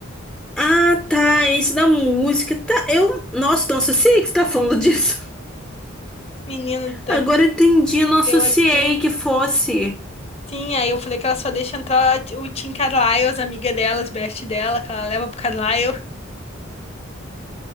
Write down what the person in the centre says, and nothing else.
Ah, tá, esse da música, tá, eu... Nossa, não associei que você tá falando <laughs> disso.
Agora eu entendi, eu não associei
que fosse.